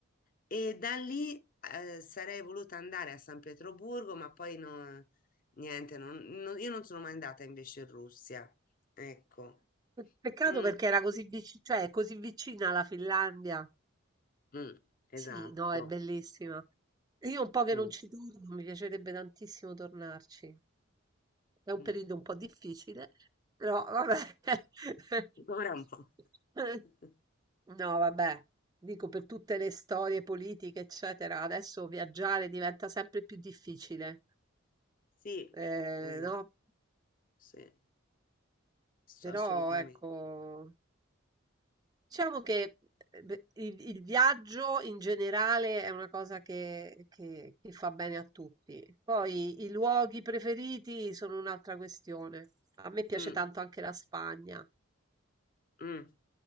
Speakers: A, on the left; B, on the right.
A: e da lì eh, sarei voluta andare a San Pietroburgo, ma poi no, niente, non- non- io non sono mai andata invece in Russia. Ecco,
B: Peccato
A: Mm,
B: perché era così vicina, cioè, è così vicina alla Finlandia.
A: mm, esatto.
B: Sì, no, è bellissima. Io un po' che
A: Mm,
B: non ci torno, mi piacerebbe tantissimo tornarci. È un
A: mm.
B: periodo un po' difficile, però vabbè. <laughs>
A: Ora un po'. <laughs>
B: No, vabbè, dico per tutte le storie politiche, eccetera, adesso viaggiare diventa sempre più difficile,
A: Sì,
B: eh,
A: esatto,
B: no?
A: sì, s-
B: Però
A: assolutamente.
B: ecco, diciamo che eh, beh, il, il viaggio in generale è una cosa che, che- che fa bene a tutti. Poi i luoghi preferiti sono un'altra questione. A me piace
A: Mm,
B: tanto anche la Spagna,
A: mm.